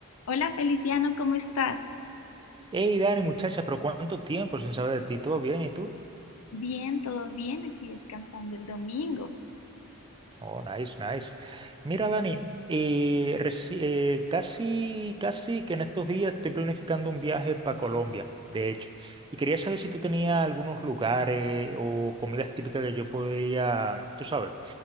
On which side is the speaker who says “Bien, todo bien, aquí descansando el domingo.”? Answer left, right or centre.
Left